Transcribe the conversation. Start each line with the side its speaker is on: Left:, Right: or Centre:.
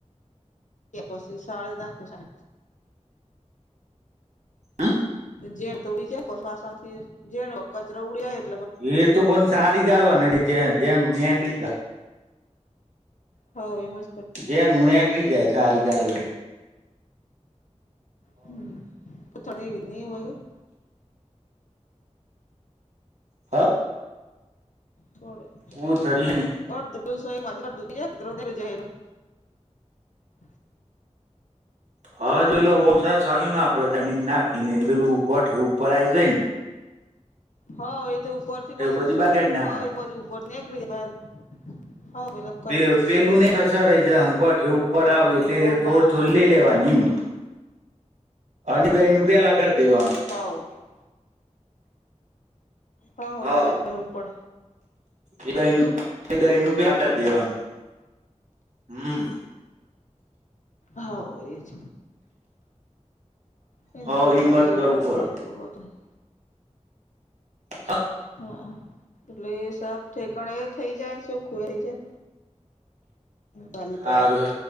Left: <inaudible> એ પશી શાળી નાખીસ <inaudible>
Right: અ
Left: જેેમ તો <unintelligible> પાછળથી જેણો કચરો ઉડીયા
Right: એ તો પણ સારી જાલવાના જે જેનું નેકળીતા
Left: હો એમજ
Right: જેનું નેકળી જાય છારી ગાલ લઈ
Left: હમ્મ <unintelligible> ની હોય ને <inaudible>
Right: હા અ
Left: થોડે <inaudible> <unintelligible>
Right: કોથળીની
Left: <inaudible> <unintelligible>
Right: હા જોઈલે ઓમ <unintelligible> <unintelligible> નાખી ને પેલું ગોઠયું પરરાય જોઈન
Left: હવ એ તો ઉપર થી બધુંને
Right: બધી બાકી જ નાખવાની
Left: હવ એ તો બધું ઉપરથી નીકળી જાય હો પેલો કચરો
Right: પે-પેલું ને સરસા રહી જાયહ અન ગોઠયું
Left: નીકળી
Right: ઉપર
Left: જાય
Right: આવ
Left: પેલો
Right: એટલે
Left: ગૌ
Right: થોડી
Left: બા
Right: થોડી લઈ લેવાની ઈમ અને ત ઈનું પેલા કરી દેવાનું.
Left: હવ હવ
Right: હા.
Left: એને જ કરવું પડે
Right: એ દઈનું કે દઈનું પેક કર દેવાનું હમમ.
Left: હવ એ જ એને
Right: હ
Left: પેસાબ
Right: હિંમત
Left: કરીને
Right: કરવું
Left: કર્યો
Right: પડે
Left: હોય એટલો બધો નહી.
Right: હ અ
Left: આહ એટલે એ સાફ ઠેકાણે એ થઈ જાયન સોખું રઈ જાય. વાલી
Right: હારું
Left: તો આયા
Right: હેડ